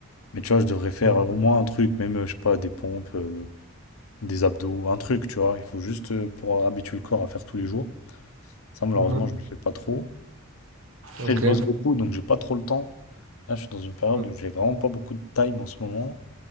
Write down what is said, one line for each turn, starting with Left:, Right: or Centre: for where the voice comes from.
Left: Mais tu vois, je devrais faire
Right: Mhm.
Left: euh, au moins un truc, même, euh, je sais pas, des pompes, euh, des abdos, un truc, tu vois. Il faut juste euh, pour habituer le corps à faire tous les jours. Ça, malheureusement,
Right: Mhm.
Left: je ne le fais pas trop. Après,
Right: Ok.
Left: je bosse beaucoup, donc j'ai pas trop le temps. Là, je suis dans une période
Right: Mhm.
Left: où j'ai vraiment pas beaucoup de time en ce moment.